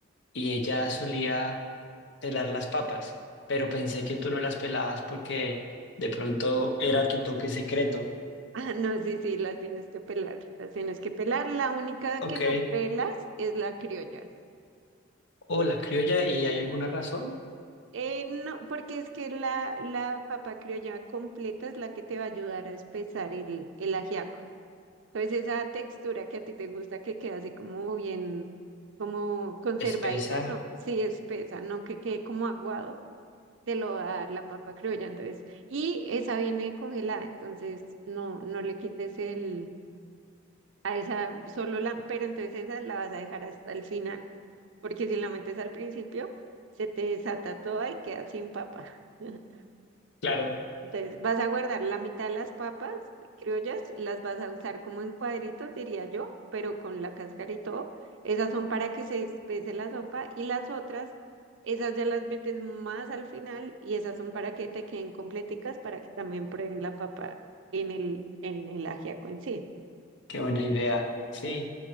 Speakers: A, on the left (about 60°); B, on the right (about 65°).
A: y ella solía pelar las papas, pero pensé que tú no las pelabas porque de pronto era tu toque secreto.
B: Ah, no, sí, sí, las tienes que pelar, las tienes que pelar. La única
A: Ok.
B: que no pelas es la criolla.
A: O la criolla y hay alguna razón.
B: Eh, no, porque es que la, la papa criolla completa es la que te va a ayudar a espesar el, el ajiaco. Entonces esa textura que a ti te gusta que queda así como bien, como conservadito,
A: Espesa.
B: no, sí espesa, no que quede como aguado, te lo va a dar la papa criolla, entonces, y esa viene congelada, entonces no, no le quites el, a esa solo la, pero entonces esa la vas a dejar hasta el final, porque si la metes al principio, se te desata toda y queda sin papa. <laughs>
A: Claro,
B: Entonces, vas a guardar la mitad de las papas criollas, las vas a usar como en cuadritos, diría yo, pero con la cáscara y todo. Esas son para que se espese la sopa y las otras, esas ya las metes más al final y esas son para que te queden completicas, para que también prueben la papa en el, en el ajiaco en sí.
A: qué buena idea. Sí,